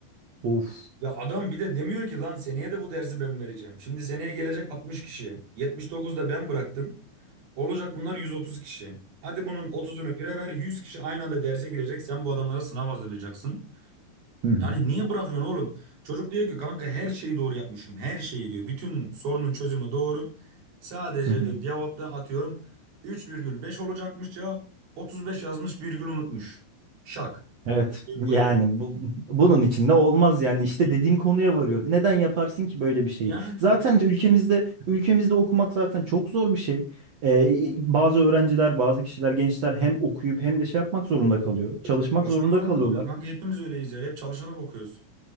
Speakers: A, on the right; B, on the right.
A: Of.
B: Ya adam bir de demiyor ki lan seneye de bu dersi ben vereceğim. Şimdi seneye gelecek altmış kişi. 79 da ben bıraktım. Olacak bunlar 130 kişi. Hadi bunun otuzunu kire ver 100 kişi aynı anda derse girecek. Sen bu adamlara sınav hazırlayacaksın.
A: Hı hı.
B: Yani niye bırakıyorsun oğlum? Çocuk diyor ki kanka her şeyi doğru yapmışım. Her şeyi diyor. Bütün sorunun çözümü doğru. Sadece
A: Hı hı.
B: diyor cevapta atıyorum üç virgül beş olacakmış cevap. 35 yazmış virgül unutmuş. Şak.
A: Evet
B: Bir kuleleme.
A: yani bu, bunun içinde olmaz yani işte
B: Hı.
A: dediğim konuya varıyor. Neden yaparsın ki böyle bir şeyi?
B: Yani
A: Zaten de ülkemizde ülkemizde okumak zaten çok zor bir şey. Ee, bazı öğrenciler, bazı kişiler, gençler hem okuyup hem de şey yapmak zorunda kalıyor. Çalışmak
B: çalışmak
A: zorunda
B: zorunda
A: kalıyorlar.
B: kalıyor kanka. Hepimiz öyleyiz ya. Hep çalışarak okuyoruz.